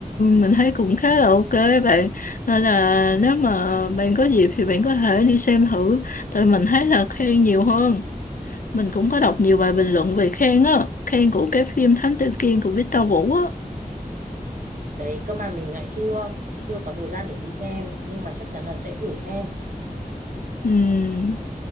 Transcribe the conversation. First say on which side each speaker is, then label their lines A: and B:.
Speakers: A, on the left; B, on the right.
A: mình thấy cũng khá là ok bạn, nên là nếu mà bạn có dịp thì bạn có thể đi xem thử, tại mình thấy là khen nhiều hơn. Mình cũng có đọc nhiều bài bình luận về khen á, khen của cái phim Thám Tử Kiên của Victor Vũ á.
B: đấy cơ mà mình lại chưa chưa có thời gian để đi xem nhưng mà chắc chắn là sẽ thử xem
A: Ừm,